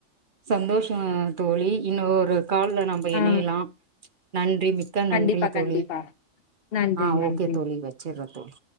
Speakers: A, on the right; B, on the left.
A: சந்தோஷோ தோழி இன்னோரு கால்ல நம்ப எணையலா
B: ஆ
A: நன் றி மிக்க நன்றி
B: கண்டிப்பா
A: தோழி
B: கண்டிப்பா நன்றி
A: ஆஹ்
B: நன்றி
A: ஓகே தோழி வச்சட்றே தோழி